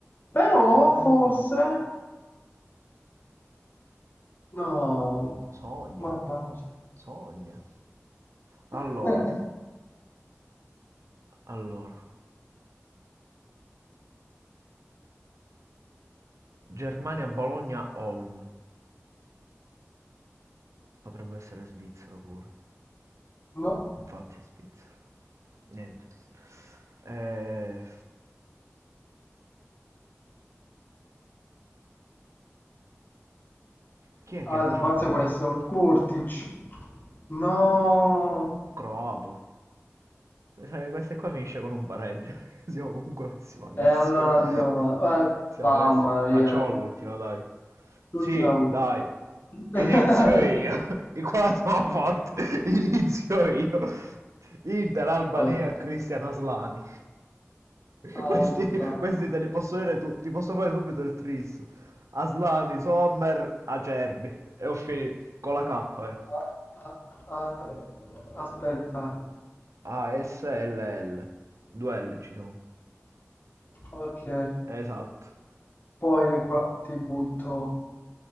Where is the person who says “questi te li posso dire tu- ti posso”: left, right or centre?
Right